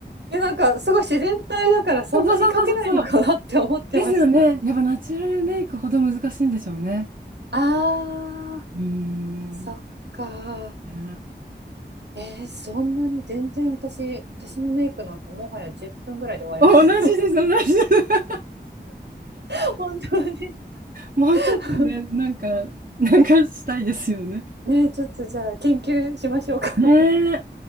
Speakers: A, on the right; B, on the right.
A: え、なんかすごい自然体だからそんなにかけないのかなって思ってました。
B: そうそうそうそうそう。ですよね。やっぱナチュラルメイクほど難しいんでしょうね。
A: あー、
B: うーん。
A: そっか。
B: ね <laughs>
A: えー、そんなに全然私、私のメイクなんてもはや10分ぐらいで終わります。
B: 同じです、同じです。
A: <laughs> 本当に。
B: もうちょっとね、
A: <laughs>
B: なんか、なんかしたいですよね。
A: ねえ、ちょっとじゃあ研究しましょうか。
B: ねえ。